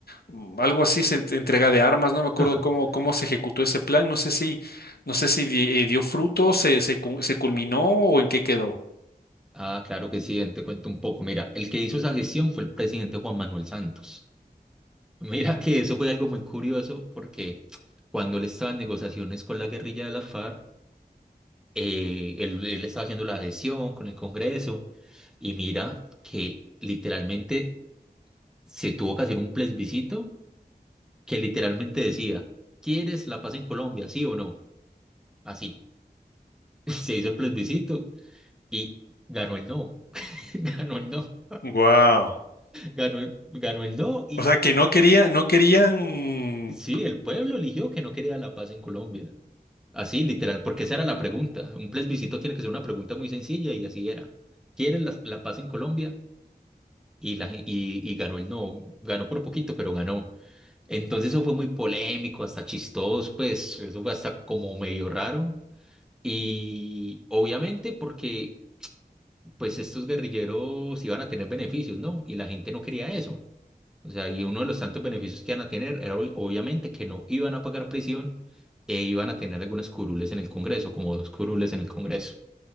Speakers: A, on the left; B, in the centre.
A: mm, algo así, se ent- entrega de armas, no me acuerdo
B: <laughs>
A: cómo, cómo se ejecutó ese plan, no sé si, no sé si di- eh, dio fruto, se, se, cu- se culminó o en qué quedó.
B: Ah, claro que sí, te cuento un poco. Mira, el que hizo esa gestión fue el presidente Juan Manuel Santos. Mira que eso fue algo muy curioso porque cuando él estaba en negociaciones con la guerrilla de la FARC, eh, él, él estaba haciendo la gestión con el Congreso y mira que literalmente se tuvo que hacer un plebiscito que literalmente decía, ¿quieres la paz en Colombia, sí o no? Así. <laughs> Se hizo el plebiscito y ganó el no, <laughs> ganó el no,
A: Wow.
B: ganó el, ganó el no y,
A: O sea que
B: y-
A: no querían, no querían.
B: y- sí, el pueblo eligió que no quería la paz en Colombia. Así, literal, porque esa era la pregunta. Un plebiscito tiene que ser una pregunta muy sencilla y así era. ¿Quieres la, la paz en Colombia? Y, la, gen- y, y ganó el no, ganó por poquito, pero ganó. Entonces eso fue muy polémico, hasta chistoso, pues eso fue hasta como medio raro. Y obviamente porque pues estos guerrilleros iban a tener beneficios, ¿no? Y la gente no quería eso. O sea, y uno de los tantos beneficios que iban a tener era ob- obviamente que no iban a pagar prisión e iban a tener algunas curules en el Congreso, como dos curules en el Congreso.